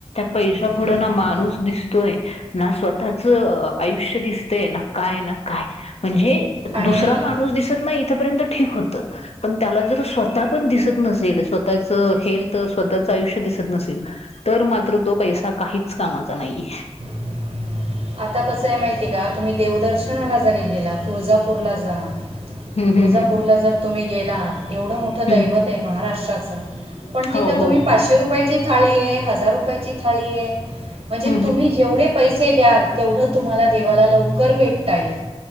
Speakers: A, on the left; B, on the right.
A: पैशा फोडं
B: हं.
A: ना माणूस दिसतोय ना स्वतःच आयुष्य दिसतय ना काय ना काय म्हणजे
B: आणि
A: दुसरा माणूस दिसत नाही इथपर्यंत ठीक होत पण त्याला जर स्वतः पण दिसत नसेल स्वतःच हेल्थ स्वतःचं आयुष्य न तर मात्र तो पैसा काहीच कामाचा नाही
B: कटखक आता कसं आहे माहितीय का तुम्ही देवदर्शनाला जरी गेला तुळजापूरला जा
A: हम्म
B: तुळजापूरला
A: हम्म
B: जर तुम्ही गेला एवढं मोठं दैवत
A: हम्म
B: आहे महाराष्ट्राचं पण तिथं
A: हो हो
B: तुम्ही पाचशे रुपयाची थाळी आहे हजार रुपयाची थाळी आहे म्हणजे
A: हम्म
B: तुम्ही जेवढे पैसे द्याल तेवढं तुम्हाला देवाला लवकर भेटता येईल